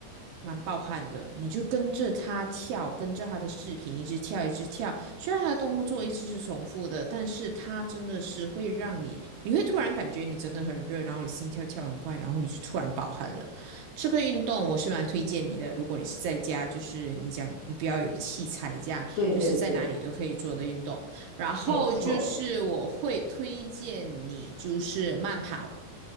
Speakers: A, on the right; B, on the left.
A: 蛮暴汗的，你就跟着他跳，跟着他的视频一直跳，一直跳。虽然他的动作一直是重复的，但是他真的是会让你，你会突然感觉你真的很热，然后你心跳跳很快，然后你就突然暴汗了。这个运动我是蛮推荐你的，如果你是在家，就是你讲你不要有器材这样，
B: 对对对，
A: 就是在哪里都可以做的运动。然后就是我会推荐你就是慢跑，
B: 没错。